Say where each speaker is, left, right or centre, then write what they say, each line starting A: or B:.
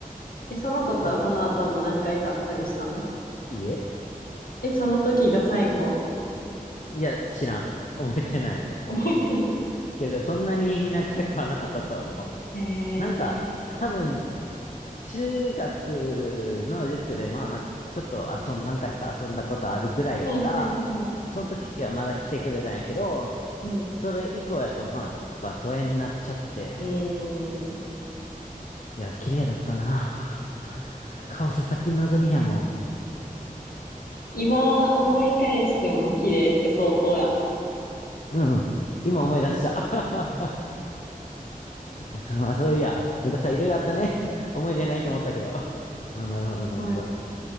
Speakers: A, on the left; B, on the left.
A: え、その子とはその後も何回かあったりしたの
B: あ、いいえ
A: え、その時が最後
B: いや、知らん。覚えてない。
A: 覚えてない。
B: けど、そんなに <laughs> 仲良くはなかったと思う。
A: へえ。
B: なんか、多分、中学の塾で、まあまあ、ちょっと遊ん、何回か遊んだことあるぐらいやから、
A: はいはいはい。
B: その時はまだ来てくれたんやけど、
A: うん。
B: それ以降やと、まあ、やっぱ疎遠になっちゃって、
A: うーん
B: いや、綺麗だったな。やっぱ顔さ、先望みやもん。
A: 今思い返しても綺麗って相当やな。
B: うんうん。今思い出した。<laughs> そう、まあそういや、部活はいろいろあったね。<laughs> 思い出ないと思ったけど。<laughs> あ、なるほど、なるほど。
A: はい。